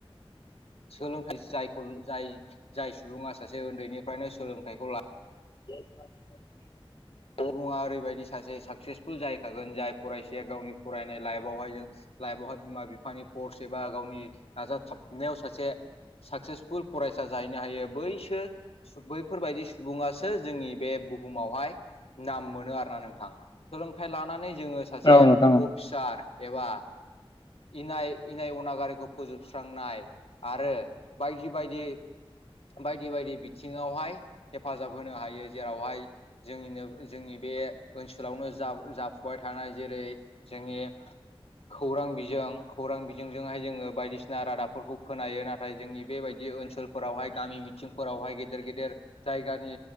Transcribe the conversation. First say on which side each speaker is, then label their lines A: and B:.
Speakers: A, on the left (about 80°); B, on the left (about 50°).
A: सोलोंथाइ जायखौ जाय जाय सुबुंआ सासे उन्दैनिफ्रायनो सोलोंथाइखौ ला
B: <inaudible>
A: अबङा ओरैबायदि सासे साक्सेसफुल जाहैखागोन जाय फरायसाया गावनि फरायनाय लाइफआवहाय जों लाइफआवहाय बिमा बिफानि कर्स एबा गावनि नाजाथाबनायाव सासे साक्सेसफुल फरायसा जायो। बैसो बैफोरबायदि सुबुंआसो जोंनि बे बुहुमावहाय नाम मोनो आरोना नोंथां सोलोंथाइ लानानै जोङो सासे
B: औ नोंथां
A: अफिसार एबा इनाय इनाय अना गारिखौ फोजोबस्रांनाय आरो बायदि बायदि बायदि बायदि बि थिङावहाय हेफाजाब होनो हायो जेरावहाय जोंनिनो जोंनि बे ओनसोलावनो जा जाफुबाय थानाय जेरै जोंनि खौरां बिजों खौरां बिजोंजोंहाय जोङो बायदिसिना रादाबफोरखौ खोनायो नाथ थाय जोंनि बेबायदि ओनसोलफोरावहाय गामि मिथिंफोरावहाय गेदेर-गेदेर जायगानि